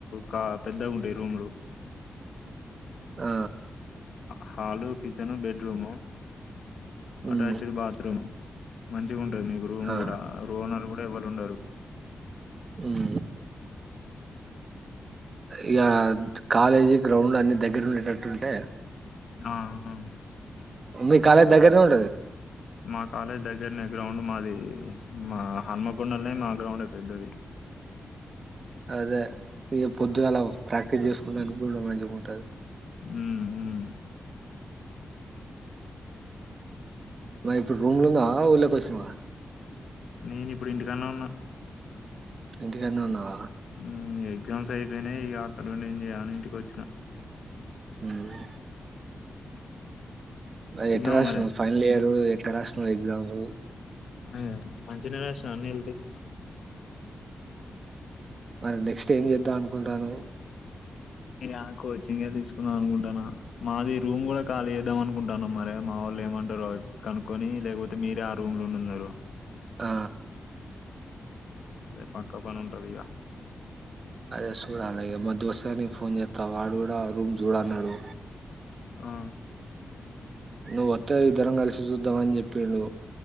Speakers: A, on the left (about 70°); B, on the right (about 40°).
A: క పెద్దగ ఉంటాయి రూమ్లు
B: ఆ
A: హాలు కిచెను బెడ్రూము
B: హ్మ్
A: అటాచ్డ్ బాత్రూమ్ మంచిగ ఉంటది మీకు రూమ్
B: ఆ
A: కూడ రోనర్ కూడ ఎవ్వరు ఉండరు
B: ఉం ఇగ కాలేజీ గ్రౌండ్ అన్ని దగ్గర ఉండేటట్టుంటె
A: ఆ ఆహ్
B: మీ కాలేజ్ దగ్గరనే ఉంటది
A: మా కాలేజ్ దగ్గరనె గ్రౌండ్ మాది మా హన్మకొండల్నే మా గ్రౌండ్ ఎ పెద్దది
B: అదే ఇ పొద్దుగాల ప్రాక్టీస్ చేసుకొడానికి కూడ మంచిగుంటది.
A: ఊ ఉ
B: మ ఇప్పుడు రూమ్ల ఉన్నవా ఊర్లోకి వచ్చినవా
A: నేను ఇప్పుడు ఇంటికాడ్నే ఉన్న
B: ఇంటికాడ్నే ఉన్నావ
A: హుం ఎగ్జామ్స్ అయిపోయినాయి ఇగ అక్కడ ఉండి ఏం చేయాలని ఇంటికి వచ్చిన
B: ము అది
A: తిన్నావా
B: ఎట్ల రాసినావ్
A: మరి
B: ఫైనల్ ఇయరు ఎక్ ఎట్ట రాసినావ్ ఎగ్జామ్ లు
A: ఆ మంచిగ రాసిన అన్ని ఎల్తయ్
B: మరి నెక్స్ట్ ఏం చేద్దాం అనుకుంటానవ్
A: ఇగ కోచింగే తీసుకుందాం అనుకుంటాన. మాది రూమ్ కూడ ఖాళీ చేద్దాం అనుకుంటానం. మరి మా వాళ్ళు ఏమంటరో కనుక్కొని లేకపోతె మీరే ఆ రూమ్ లొ ఉన్నన్నారు
B: ఆ
A: అదే పక్క పనుంటదిగ
B: అదే చూడాలె ఇగ మా దోస్తాని ఫోన్ చేత్త వాడు కూడ రూమ్ చూడన్నాడు.
A: ఆ
B: నువ్వు వత్తే ఇద్దరం కలిసి చూద్దాం అని చెప్పిండు.